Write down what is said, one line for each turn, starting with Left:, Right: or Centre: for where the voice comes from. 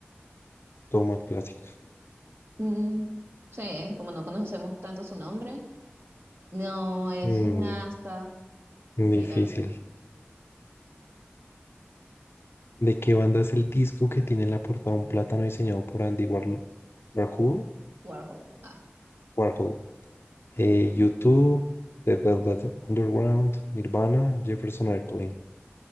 Left: toma clásica.
Right: Mm, sí, como no conocemos tanto su nombre, No, es
Left: Mm,
Right: gimnasta. Míralo,
Left: difícil. ¿De qué banda es el disco que tiene en la portada un plátano diseñado por Andy Warhol? Warhol,
Right: Warhol. Ah,
Left: Warhol. Eh, U2, The Velvet Underground, Nirvana, Jefferson Airplane.